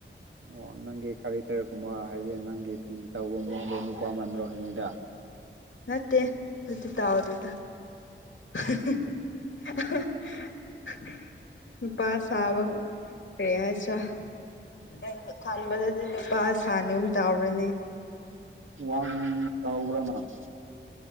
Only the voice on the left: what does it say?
ꯅꯠꯇꯦ ꯑꯗꯨꯗꯤ ꯇꯧꯗꯦꯗ <unintelligible> ꯅꯨꯄꯥ ꯁꯥꯕ ꯀꯔꯤ ꯍꯥꯢꯁꯦꯔ ꯑꯩꯅ ꯈꯟꯕꯗꯗꯤ ꯅꯨꯄꯥ ꯁꯥꯅꯤ ꯑꯨꯝ ꯇꯥꯎꯔꯅꯦ